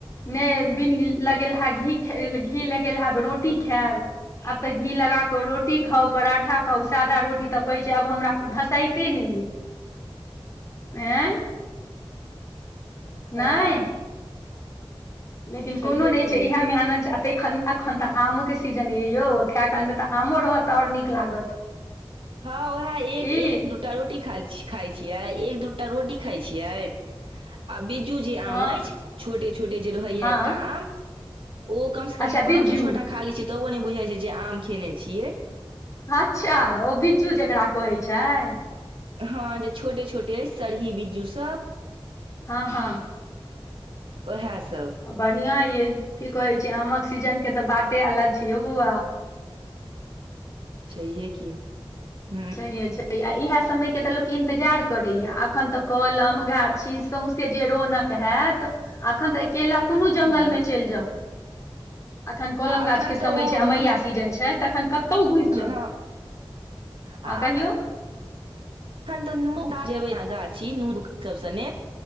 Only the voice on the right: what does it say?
हँ
छैहे
की
हँ उएह एक
एक द टा रोटी खाइ छियै, एक दूटा रोटी खाइ छियै। आ बिज्जू जे आम
अछि, छोटे छोटे जे रहैए,
एकटा आम। ओ कम से
कम
पाँचो छओटा खाली छियै, तबो ने बुझाइ छै जे आम खेने छियै।
हँ जे छोटे छोटे अछि सरही बिज्जूसभ।
ओएहसभ।
छैहे की हू
हँ
आ एखन
तऽ
ओ
नू
हँ
आ
एखन तऽ नू जेबे, अह गाछीमे नून सभ,